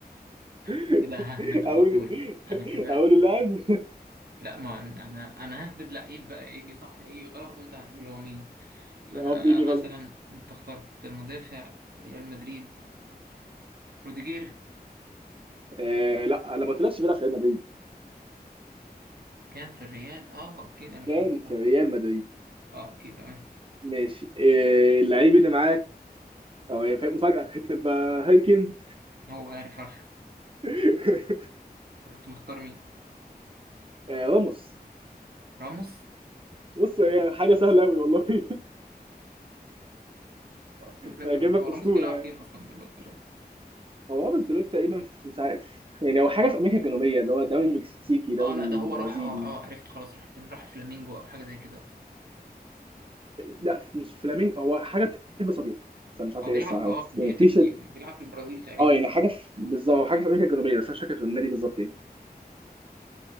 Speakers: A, on the right; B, on the right.
A: <laughs>
B: انا كده ههبد على
A: اقول
B: طول انا كده
A: اقول اللاعب
B: لا ما عن- انا انا ههبد لعيب بقى يجي صح يجي غلط وانت هتقول هو مين فانا
A: اه بيجي
B: مثلا
A: غلط
B: انت اخترت مدافع ريال مدريد روديجير
A: آه لا انا ما قلتلكش بيلعب في ريال مدريد
B: كان في الريال اه اوكي ده انا فهمت
A: كان في
B: غلط
A: ريال مدريد
B: اه اوكي تمام
A: ماشي آه اللعيب اللي معاك او هي فاهم- مفاجأة <laughs> تبقى هايكن
B: هو هاري فرخ
A: <laughs>
B: كنت مختار مين
A: آه راموس
B: راموس
A: بص هي حاجة سهلة أوي والله <laughs>
B: الفكرة ان
A: هجيب لك
B: هو راموس
A: أسطورة
B: بيلعب
A: يعني
B: فين اصلا دلوقتي راموس
A: هو راموس دلوقتي تقريبا في- مش عارف يعني هو حاجة في أمريكا الجنوبية اللي هو دوري مكسيكي دوري
B: اه لا ده هو راح
A: برازيلي
B: اه اه عرفت خلاص راح فين راح فلامينجو او حاجة زي كده
A: لا مش فلامينج هو حاجة بتلبس أبيض بس أنا مش عارف
B: هو
A: هي
B: بيلعب
A: إيه الصراحة
B: في اه
A: بس
B: في الحتة
A: يعني تي
B: دي يعني بيلعب في البرازيل تقريبا
A: اه يعني حاجه في بالظبط هو حاجه في امريكا الجنوبيه بس انا مش فاكر في النادي بالظبط ايه